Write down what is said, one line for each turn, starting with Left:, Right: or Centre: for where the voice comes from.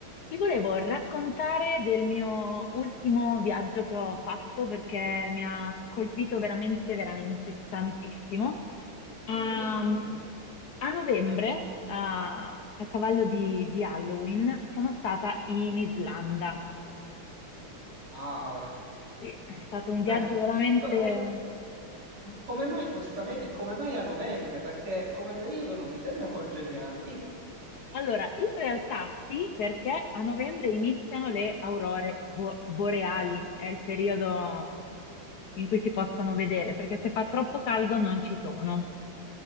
Left: Ti volevo raccontare del mio ultimo viaggio che ho fatto perché mi ha colpito veramente, veramente tantissimo. A,
Right: Dimmi, dimmi, dimmi.
Left: a novembre, a, a cavallo di, di Halloween, sono stata in Islanda.
Right: Wow.
Left: Sì, è stato un
Right: Beh,
Left: viaggio veramente...
Right: ecco, eh, come mai questa meta e come mai a novembre? Perché come periodo non mi sembra congeniale. Dimmi.
Left: Allora, in realtà sì, perché a novembre iniziano le aurore bo- boreali, è il periodo in cui si possono vedere, perché se fa troppo caldo non ci sono.